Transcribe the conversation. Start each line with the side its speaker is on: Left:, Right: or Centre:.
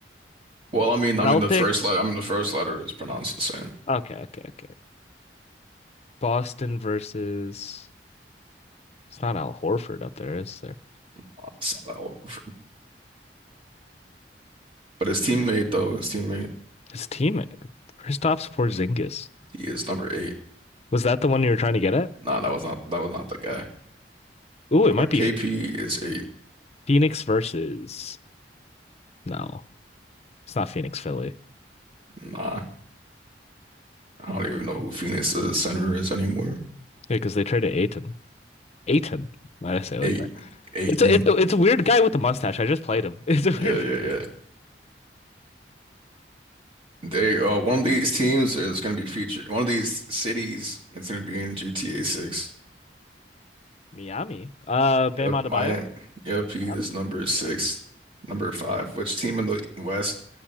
Right: Well, I mean I
Left: Celtics.
Right: mean the first letter I mean the first letter is pronounced the same.
Left: Okay, okay, okay. Boston versus. It's not Al Horford up there, is there?
Right: Uh, It's not that Horford. But his teammate though, his teammate,
Left: His teammate, Kristaps Porzingis.
Right: he is number eight.
Left: Was that the one you were trying to get at?
Right: Nah, that was not that was not the guy.
Left: Ooh, it
Right: But
Left: might be
Right: KP is eight.
Left: Phoenix versus. No, it's not Phoenix, Philly.
Right: Nah. I don't even know who Phoenix's center is anymore.
Left: Yeah, because they traded Ayton. Ayton. Why did I say it
Right: Eight,
Left: like that?
Right: Aiton.
Left: It's a, it's a, it's a weird guy with a mustache. I just played him. <laughs> It's a
Right: Yeah,
Left: weird
Right: yeah, yeah. They uh one of these teams is gonna be featured. One of these cities is gonna be in GTA 6.
Left: Miami. Uh, Bam
Right: Yep,
Left: Adebayo.
Right: Miami. Yep, he
Left: Miami.
Right: is number six.
Left: Miami.
Right: Number five. Which team in the West